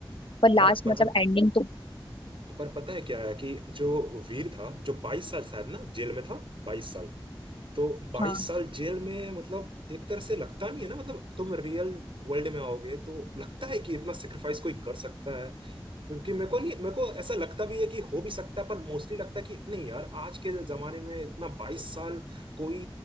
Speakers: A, on the left; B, on the right.
A: पर लास्ट
B: पर पर
A: मतलब
B: पर
A: एंडिंग तो
B: पर पता है क्या है कि जो वीर था जो बाईस साल शायद ना जेल में था बाईस साल तो 22
A: हाँ
B: साल जेल में मतलब एक तरह से लगता नहीं है ना मतलब तुम रियल वर्ल्ड में आओगे तो लगता है कि इतना सेक्रीफाइस कोई कर सकता है क्योंकि मेरे को नहीं मेरे को ऐसा लगता भी है कि हो भी सकता है पर मोस्टली लगता है कि नहीं यार आज के जमाने में इतना 22 साल कोई